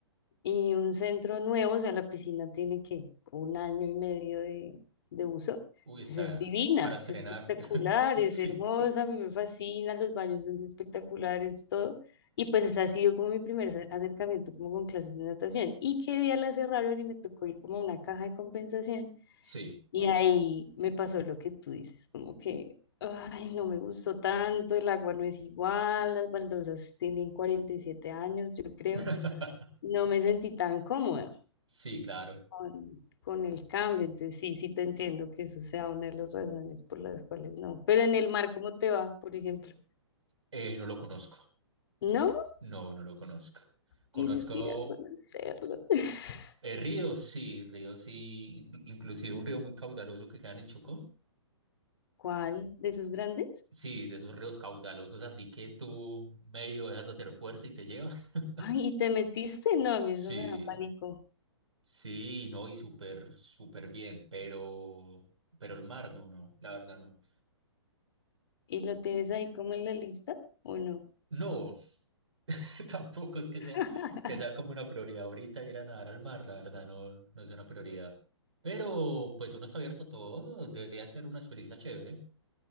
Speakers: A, on the left (about 55°); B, on the right (about 80°).
A: Y un centro nuevo, o sea, la piscina tiene que un año y medio de, de uso.
B: Uy, esa
A: Entonces es divina,
B: para estrenar,
A: es espectacular,
B: <laughs>
A: es
B: Sí,
A: hermosa, a mí me fascina, los baños son espectaculares, todo. Y pues ese ha sido como mi primer ac- acercamiento como con clases de natación. Y qué día la cerraron y me tocó ir como a una caja de compensación.
B: sí.
A: Y ahí me pasó lo que tú dices, como que, ay, no me gustó tanto, el agua no es igual, las baldosas tienen 47 años, yo creo.
B: <laughs>
A: No me sentí tan cómoda
B: Sí, claro.
A: con, con el cambio. Entonces, sí, sí te entiendo que eso sea una de las razones por las cuales no. Pero en el mar, ¿cómo te va, por ejemplo?
B: Eh, no lo conozco.
A: No,
B: No, no lo conozco. Conozco
A: tienes que ir a conocerlo. <laughs>
B: eh, ríos, sí, ríos, sí. in- Inclusive un río muy caudaloso que queda en el Chocó.
A: ¿Cuál
B: que-
A: de esos grandes?
B: sí, de esos ríos caudalosos, así que tú medio dejas de hacer fuerza y te lleva. <laughs>
A: Ay, ¿y te metiste? No, a mí
B: Sí,
A: eso me da pánico.
B: sí, no, y súper, súper bien, pero, pero el mar, no, no, la verdad no.
A: ¿Y lo tienes ahí como en la lista o no?
B: No, <laughs> Tampoco es que sea,
A: <laughs>
B: que sea como una prioridad ahorita ir a nadar al mar, la verdad, no, no es una prioridad. Pero pues uno está abierto a todo, debería ser una experiencia chévere.